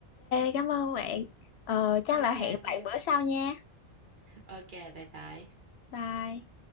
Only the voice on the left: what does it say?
cảm ơn bạn. Ờ, chắc
là hẹn bạn
bữa sau nha.
Bye.